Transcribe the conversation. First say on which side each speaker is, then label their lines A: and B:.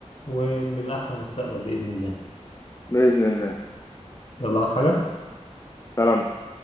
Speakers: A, on the left; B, on the left.
A: ونبقى احسن مستقبل باذن الله
B: باذن الله
A: يلا عاوز حاجه
B: سلامتك